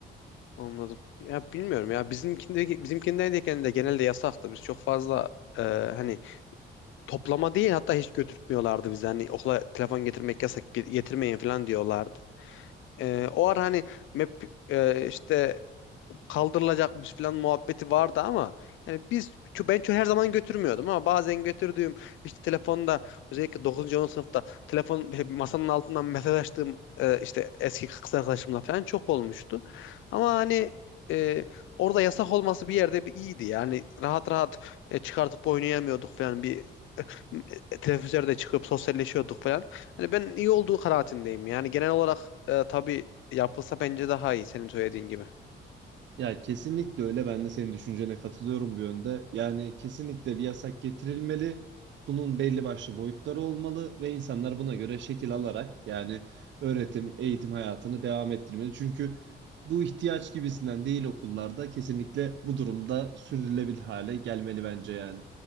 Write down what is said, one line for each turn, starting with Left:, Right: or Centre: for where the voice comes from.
Left: Anladım. Ya bilmiyorum ya bizimkinde bizimkindeyken de genelde yasaktı. Biz çok fazla e, hani toplama değil hatta hiç götürtmüyorlardı bizi. Hani okula telefon getirmek yasak ge- getirmeyin falan diyorlardı. E, o ara hani map e, işte kaldırılacakmış falan muhabbeti vardı ama yani biz ço- ben ço- her zaman götürmüyordum ama bazen götürdüğüm işte telefonda özellikle dokuzuncu 10. sınıfta telefon böyle masanın altından mesaj açtığım e, işte eski kız arkadaşımla falan çok olmuştu. Ama hani e, orada yasak olması bir yerde bir iyiydi. Yani rahat rahat e, çıkartıp oynayamıyorduk falan bir e, teneffüslerde çıkıp sosyalleşiyorduk falan. Hani ben iyi olduğu kanaatindeyim. Yani genel olarak e, tabii yapılsa bence daha iyi senin söylediğin gibi.
Right: Ya kesinlikle öyle. Ben de senin düşüncene katılıyorum bu yönde. Yani kesinlikle bir yasak getirilmeli. Bunun belli başlı boyutları olmalı ve insanlar buna göre şekil alarak yani öğretim, eğitim hayatını devam ettirmeli. Çünkü bu ihtiyaç gibisinden değil okullarda kesinlikle bu durumda sürdürülebilir hale gelmeli bence yani.